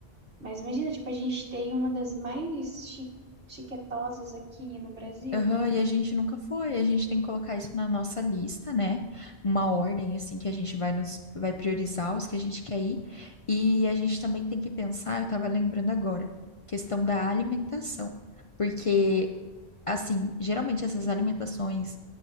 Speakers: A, on the right; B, on the left.
A: Mas imagina, tipo, a gente tem uma das mais chi chiquetosas aqui no Brasil.
B: Aham, e a gente nunca foi, a gente tem que colocar isso na nossa lista, né? Uma ordem, assim, que a gente vai nos, vai priorizar os que a gente quer ir. E a gente também tem que pensar, eu tava lembrando agora, questão da alimentação. Porque, assim, geralmente essas alimentações,